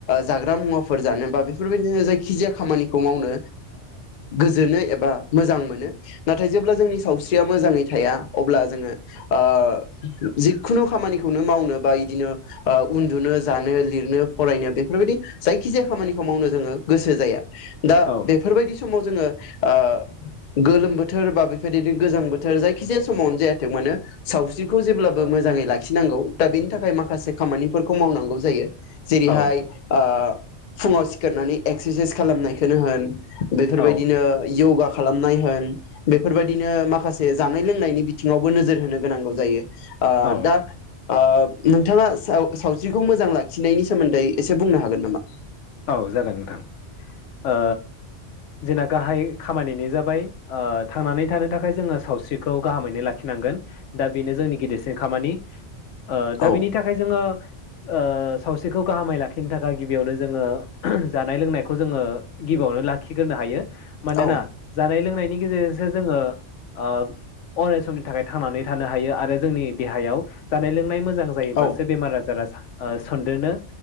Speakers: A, on the left; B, on the left.
A: जाग्रा मुवा फोर जानो बा बेफोरबायदिनो जायखि जाया खामानिखौ मावनो गोजोनो एबा मोजां मोनो नाथाय जेब्ला जोंनि सावस्रिया मोजाङै थाया अब्ला जोंङो ओ जिखुनु खामानिखौनो मावनो बा बिदिनो उन्दुनो जानो लिरनो फरायनो बेफोरबायदि जाय खिजाया खामानिखौ मावनो जोंङो गोसो जाया दा
B: औ
A: बेफोरबायदि समाव जोंङो ओ गोलोम बोथोर बा बेबायदिनो गोजां बोथोर जायखिजाया समावनो जायाथों मानो सावस्रिखौ जेब्लाबो मोजाङै लाखिनांगौ दा बेनि थाखाय माखासे खामानिफोरखौ मावनांगौ जायो जेरैहाय
B: औ
A: ओ फुङाव सिखारनानै एक्सारसाइस खालामनायखौनो होन बेफोरबायदिनो
B: औ
A: योगा खालामनाय होन बेफोरबायदिनो माखासे जानाय लोंनायनि बिथिङावबो नोजोर होनो गोनांगौ जायो ओ
B: औ
A: दा ओ नोंथाङा सावस्रिखौ मोजां लाखिनायनि सोमोन्दै एसे बुंनो हागोन नामा?
B: औ जागोन नोंथां ओ जोंना गाहाय खामानिनो जाबाय ओ थांनानै थानो थाखाय जोंङो सावस्रिखौ गाहामैनो लाखिनांगोन दा बेनो जोंनि गिदिरसिन खामानि ओ दा
A: औ
B: बिनि थाखाय जोंङो ओ सावस्रिखौ गाहामै लाखिनो थाखाय गिबियावनो जोंङो जानाय लोंनायखौ जोंङो गिबियावनो लाखिग्रोनो हायो मानोना
A: औ
B: जानाय लोंनायनि गेजेरजोंसो जोंङो ओ अराय समनि थाखाय थांनानै थानो हायो आरो जोंनि देहायाव जानाय लोंनाय मोजां मोजां जायोब्ला
A: औ
B: बेमार आजारा सा ओ सनदेरनो